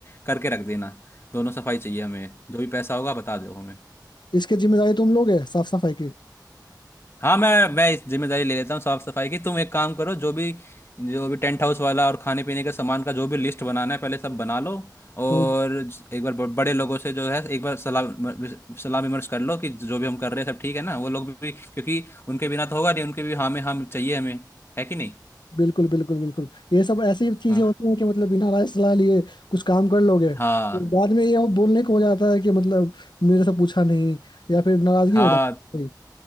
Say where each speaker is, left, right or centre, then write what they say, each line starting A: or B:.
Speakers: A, on the left (about 35°); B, on the left (about 80°).
A: करके रख देना दोनों सफाई चाहिए हमें जो भी पैसा होगा बता दो हमें
B: इसकी जिम्मेदारी तुम लोगे साफ सफाई की
A: हाँ मैं मैं इस जिम्मेदारी ले लेता हूँ साफ सफाई की तुम एक काम करो जो भी जो भी टेंट हाउस वाला और खाने पीने के सामान का जो भी लिस्ट बनाना है पहले सब बना लो और
B: हम्म,
A: एक बार ब- बड़े लोगों से जो है एक बार सलाह विम- सलाह विमर्श कर लो कि जो भी हम कर रहे हैं सब ठीक है ना वो लोग भी क्योंकि उनके बिना तो होगा नहीं उनके भी हाँ में हम चाहिए हमें है कि नहीं
B: बिल्कुल बिल्कुल बिल्कुल ये सब ऐसी चीजें
A: हाँ
B: होती हैं कि मतलब बिना राय सलाह लिए कुछ काम कर लोगे तो
A: हाँ
B: बाद में ये वो बोलने को हो जाता है कि मतलब मेरे से पूछा नहीं या फिर नाराजगी
A: हाँ
B: हो जाती है